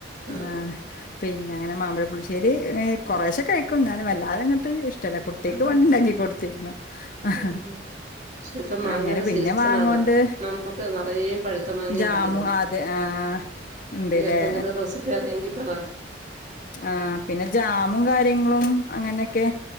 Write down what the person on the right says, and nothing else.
ആഹ്
ആഹ്
ഉം ഇപ്പൊ മാങ്ങയുടെ
സീസണാണ്
നമുക്ക് നിറയെം പഴുത്ത മാങ്ങ
ഇരിക്കിന്ന്
എന്തെങ്കിലും റെസിപ്പി അരിയൊങ്കി പറ